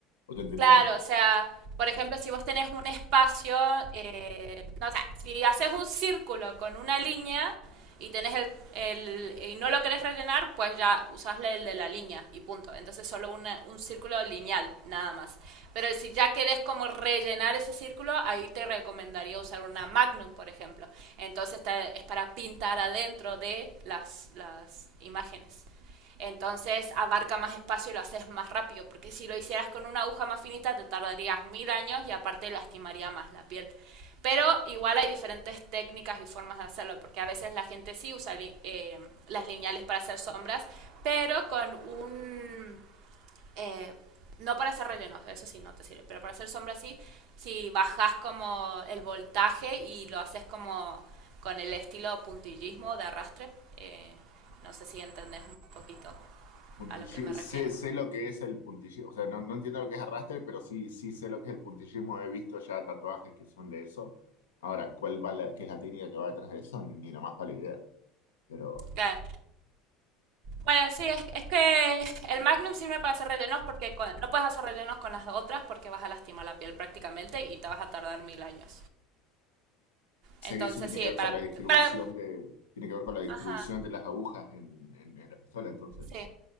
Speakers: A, on the left; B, on the right.
A: o te entendí
B: Claro,
A: mal.
B: o sea, por ejemplo, si vos tenés un espacio, eh, no, o sea, si haces un círculo con una línea y tenés el, el- y no lo querés rellenar, pues ya usás el de la línea y punto. Entonces solo una- un círculo lineal, nada más. Pero si ya querés como rellenar ese círculo, ahí te recomendaría usar una magnum, por ejemplo. Entonces te- es para pintar adentro de las, las imágenes. Entonces abarca más espacio y lo haces más rápido, porque si lo hicieras con una aguja más finita te tardarías mil años y aparte lastimaría más la piel. Pero igual hay diferentes técnicas y formas de hacerlo, porque a veces la gente sí usa li eh, las lineales para hacer sombras, pero con un... Eh, no para hacer rellenos, eso sí no te sirve, pero para hacer sombras sí, si bajas como el voltaje y lo haces como con el estilo puntillismo de arrastre, eh, no sé si entendés un poquito
A: Puntilli-
B: a lo que me
A: sé,
B: refiero.
A: sé lo que es el puntillismo, o sea, no, no entiendo lo que es arrastre, pero sí, sí sé lo que es el puntillismo, he visto ya tatuajes que son de eso. Ahora, ¿cuál va la, qué es la técnica que va detrás de eso? Ni nomás para la idea, pero
B: Claro. Bueno, sí, es, es que el Magnum sirve para hacer rellenos porque con- no puedes hacer rellenos con las otras porque vas a lastimar la piel prácticamente y te vas a tardar mil años.
A: O
B: Entonces,
A: sea que eso tiene
B: sí,
A: que ver
B: para,
A: con la distribución
B: para,
A: de, tiene que ver con la distribución
B: ajá,
A: de las agujas en, en- en la pistola, entonces.
B: sí.